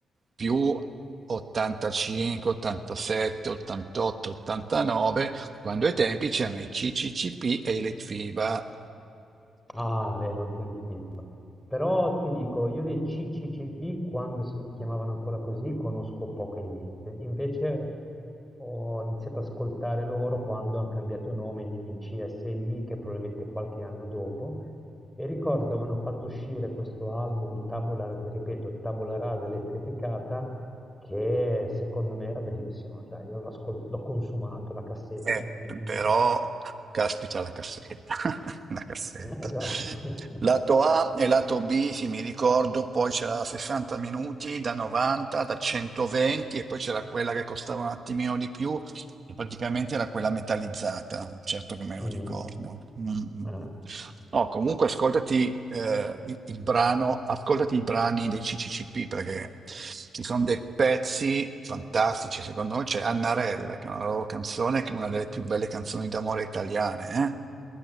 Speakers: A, on the right; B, in the centre.
A: più 85, 87, 88, 89, quando ai tempi c'erano i CCCP e i Litfiba.
B: Ah, vero, anche l'IFIB. Però ti dico, io dei CCCP, quando si chiamavano ancora così, conosco poco e niente. Invece ho iniziato ad ascoltare loro quando hanno cambiato nome in, in CSI, che probabilmente è qualche anno dopo, e ricordo che avevano fatto uscire questo album, Tabula, ripeto, Tabula Rasa elettrificata, che secondo me era bellissimo. Cioè, io l'ho ascol- l'ho consumato, la cassetta
A: Eh,
B: in, in
A: p- però,
B: macchina.
A: caspita la cassetta, <laughs> la cassetta.
B: <laughs> Eh, Esatto. <laughs>
A: Lato A e lato B, sì, mi ricordo, poi c'era la 60 minuti da 90, da 120 e poi c'era quella che costava un attimino di più che Praticamente era quella metallizzata, certo che me lo
B: Mm,
A: ricordo. Mm, mm,
B: eh.
A: mm. No, comunque ascoltati eh, il, il brano, ascoltati i brani dei CCCP perché ci sono dei pezzi fantastici, secondo me c'è Annarella, che è una loro canzone, che è una delle più belle canzoni d'amore italiane, eh?